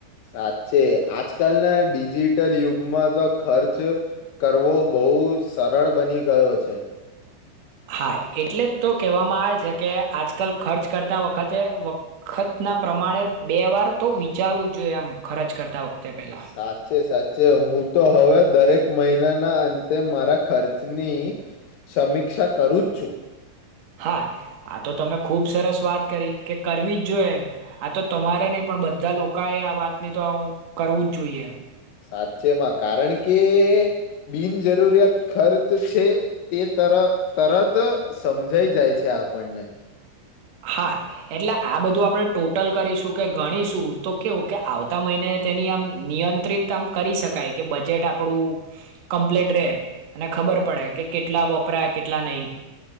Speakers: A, on the left; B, on the right.
A: સાચે આજકાલના ડિજિટલ યુગમાં તો ખર્ચ કરવો બહુ સરળ બની ગયો છે.
B: હા એટલે જ તો કહેવામાં આવે છે, કે આજકાલ ખર્ચ કરતા વખતે વખતના પ્રમાણે બે વાર તો વિચારવું જોઈએ એમ ખર્ચ કરતા વખતે પેલા.
A: સાચ છે સાચ હું તો હવે દરેક મહિનાના અંતે મારા ખર્ચની, સમીક્ષા કરું જ છું.
B: હા આ તો તમે ખુબ સરસ વાત કરી કે કરવી જ જોઈએે, આ તો તમારે નહી પણ બધા લોકોએ આ વાતની તો કરવું જ જોઈએ.
A: સાચેમાં કારણ કે બિનજરૂરિયાત ખર્ચ છે તે તર તરત સમજાઈ જાય છે આપણને.
B: હા એટલે આ બધું આપડે ટોટલ કરીશું કે ગણીશું તો કેવું કે આવતા મહિને તેની આમ નિયંત્રિત આમ કરી શકાય કે બજેટ આપ આપડું, કમ્પ્લેટ રે. અને ખબર પડે કે કેટલા વપરાય કેટલા નહી.